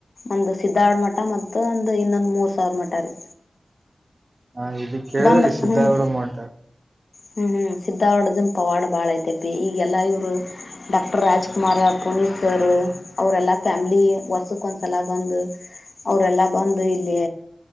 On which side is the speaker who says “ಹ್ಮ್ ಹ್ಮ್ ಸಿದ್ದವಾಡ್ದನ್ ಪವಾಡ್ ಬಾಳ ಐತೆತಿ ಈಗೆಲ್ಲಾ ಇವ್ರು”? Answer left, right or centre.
Left